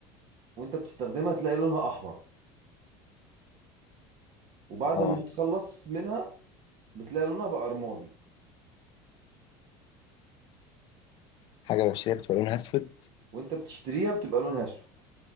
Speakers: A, on the right; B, on the left.
A: وانت بتستخدمها تلاقي لونها احمر وبعد
B: اه
A: ما تخلص منها بتلاقي لونها بقى رمادي
B: حاجه بشريه بتبقى لونها اسود
A: وانت بتشتريها بتبقى لونها اسود